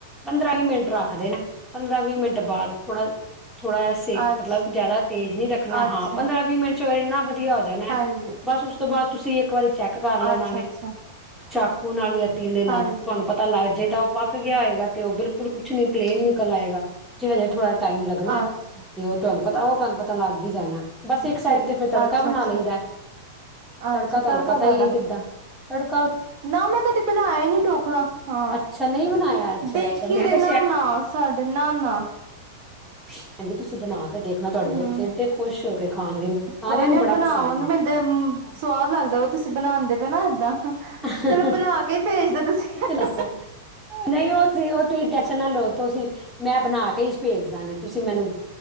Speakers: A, in the centre; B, on the right.
A: ਪੰਦਰਾਂ ਹੀ ਮਿੰਟ ਰੱਖਦੇ ਨਾ। ਪੰਦਰਾਂ, ਵੀਹ ਮਿੰਟ। ਤੇ ਬਾਅਦ ਥੋੜ੍ਹਾ। ਜਿਆਦਾ ਸੇਕ
B: ਅੱਛ,
A: ਮਤਲਬ ਜਿਆਦਾ ਤੇਜ਼ ਨੀ ਰੱਖਣਾ ਹਾਂ।
B: ਅੱਛਾ
A: ਪੰਦਰਾਂ, ਵੀਹ ਮਿੰਟ। ਫਿਰ ਨ <unintelligible> ਵਧੀਆ ਹੋ ਜਾਣਾ।
B: ਹਾਂਜੀ,
A: ਬਸ ਉਸ ਤੋਂ ਬਾਅਦ ਤੁਸੀਂ ਇੱਕ ਇੱਕ ਵਾਰੀ ਚੈੱਕ ਕਰ ਲੈਣਾ
B: ਅੱਛਾ-ਅੱਛਾ
A: ਵੇ। ਚੱਕ ਹੁਣ ਨਾਲੀ ਐ। ਪੀਣ ਦੇ ਨਾਲ,
B: ਹਾਂਜੀ,
A: ਤੁਹਾਨੂੰ ਪਤਾ ਲੱਗ ਜੇ ਤਾਂ ਉਹ ਪੱਕ ਗਿਆ ਹੋਏਗਾ ਤੇ ਉਹ ਬਿਲਕੁਲ ਵੀ ਕੁਛੱ ਨਹੀਂ, ਪਲੇਨ ਨਿਕਲ ਆਏਗਾ। ਜੇ ਉਹ ਥੋੜਾ ਟਾਈਮ ਲੱਗਣਾ
B: ਅੱਛ
A: ਤੇ ਉਹ ਤੁਹਾਨੂੰ ਪਤਾ ਆ ਉਹ ਤੁਹਾਨੂੰ ਪਤਾ ਲੱਗ ਹੀ ਜਾਨਾ ਬਸ, ਇੱਕ ਸਾਈਡ
B: ਠੀਕ
A: ਤੇ ਫਿਰ ਤੜਕਾ
B: ਅੱਛਾ-ਅੱਛਾ,
A: ਬਣਾ ਲਈਦਾ।
B: ਅੱਛਾ
A: ਤੜਕਾ
B: ਅੱਛਾ
A: ਤੁਹਾਨੂੰ ਪਤਾ
B: ਕਾਦਾ
A: ਹੀ ਹੈ ਕਿੱਦਾਂ? ਤੜ <unintelligible>
B: ਨਾ, ਮੈਂ ਕਦੇ ਬਣਾਇਆ ਹੀ ਨਹੀਂ ਢੋਕਲਾ। ਹਾਂ,
A: ਅੱਛਾ ਨਹੀਂ ਬਣਾਇਆ ਅੱਛਾ
B: ਦੇਖੀ
A: ਅੱਛਾ ਮੈਂ
B: ਦੇ,
A: ਕਿਹਾ
B: ਨਾ-ਨਾ ਸਾਡੇ ਨਾ-ਨਾ
A: ਖਾਲੀ ਹਾਂਜੀ, ਤੁਸੀਂ ਬਣਾ ਕੇ ਦੇਖਣਾ ਤੁਹਾਡੇ
B: ਹਮ,
A: ਬੱਚੇ ਏਡੇ ਖੁਸ਼ ਹੋ ਕੇ ਖਾਣਗੇ ਸਾਰਿਆਂ
B: ਕੋਈ ਨੀ
A: ਨੂੰ
B: ਮੈਂ
A: ਬੜਾ
B: ਬਣਾਵਾਂਗੀ।
A: ਪਸੰਦ
B: ਮੈਂ ਦਿਨ, ਸਵਾਦ ਲੱਗਦਾ ਵਾ ਤੁਸੀਂ ਬਣਾਦੇ ਪੇ ਨਾ ਏਦਾਂ।
A: ਹੈ
B: ਚਲੋ ਬਣਾ ਕੇ ਭੇਜਦੇ ਤੁਸੀਂ। ਹੂ-ਹੂ-ਹੂੰ
A: ਦੱਸੋ ਨਹੀਂ ਓ ਨਹੀਂ ਉਹ ਤੁਸੀਂ ਟੈਸ਼ਨ ਨਾ ਲਓ, ਤੁਸੀਂ। ਮੈਂ ਬਣਾ ਕੇ ਹੀ ਭੇਜ ਦਾਂਗੇ, ਤੁਸੀਂ ਮੈਨੂੰ